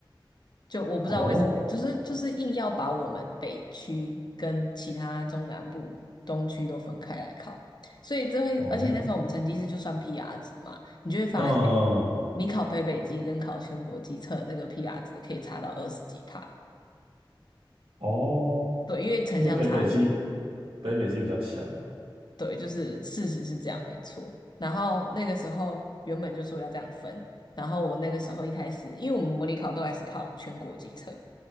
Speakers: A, on the left; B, on the right.
A: 就我不知道为什么，
B: 哦
A: 就是就是硬要把我们北区跟其他中南部东区都分开来考，所以这会，
B: 哦
A: 而且那时候我们成绩是就算 PR 值嘛，你就会发现，
B: 嗯
A: 你考北北基跟考全国基测那个 PR 值可以差到二十几帕，
B: 哦，
A: 对，因为城乡差距，
B: 因为北北基北北基比较强。
A: 对，就是事实是这样，没错。然后那个时候原本就说要这样分，然后我那个时候一开始，因为我们模拟考都还是考全国基测。